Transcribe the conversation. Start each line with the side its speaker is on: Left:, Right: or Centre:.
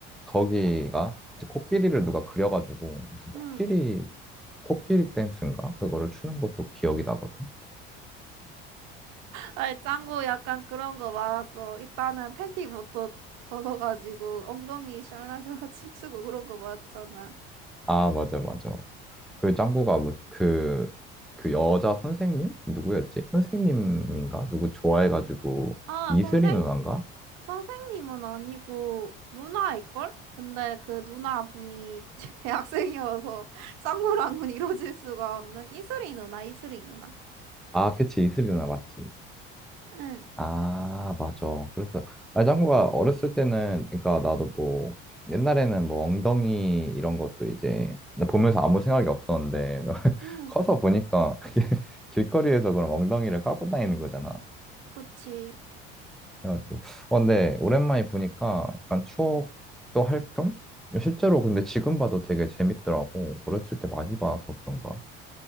Centre: 거기가 이제 코끼리를 누가 그려가지고 무슨 코끼리,
Right: 응.
Centre: 코끼리 댄스인가? 그거를 추는 것도 기억이 나거든.
Right: 아이, 짱구 약간 그런 거 많았어. 일단은 팬티부터 벗어가지고 엉덩이 샬라샬라 <laughs> 춤추고 그런 거 많았잖아.
Centre: 아, 맞아, 맞아. 그 짱구가 뭐 그, 그 여자 선생님? 누구였지? 선생님인가? 누구 좋아해가지고
Right: 아,
Centre: 이슬이
Right: 선생
Centre: 누나인가?
Right: 선생님은 아니고 누나일걸? 근데 그 누나분이 <laughs> 대학생이어서 <laughs> 짱구랑은 이루어질 수가 없는 이슬이 누나, 이슬이 누나.
Centre: 아, 그치, 이슬이 누나 맞지.
Right: 응,
Centre: 아, 맞아. 그래서, 아, 짱구가 어렸을 때는, 그러니까 나도 뭐, 옛날에는 뭐 엉덩이 이런 것도 이제 나 보면서 아무 생각이 없었는데 <laughs>
Right: 응,
Centre: 커서 보니까 그게 <laughs> 길거리에서 그런 엉덩이를 까고 다니는 거잖아.
Right: 그치.
Centre: 그래가지고 어 근데 오랜만에 보니까 약간 추억도 할 겸? 실제로 근데 지금 봐도 되게 재밌더라고. 어렸을 때 많이 봐서 그런가?